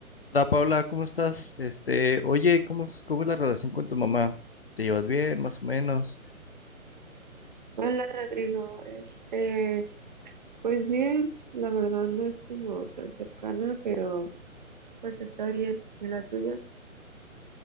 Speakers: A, on the left (about 45°); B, on the right (about 35°).
A: Hola Paula, ¿cómo estás? Este, oye, ¿cómo es, cómo es la relación con tu mamá? ¿Te llevas bien, más o menos?
B: Hola Rodrigo, este, pues bien, la verdad no es como tan cercana, pero pues está bien, ¿y la tuya?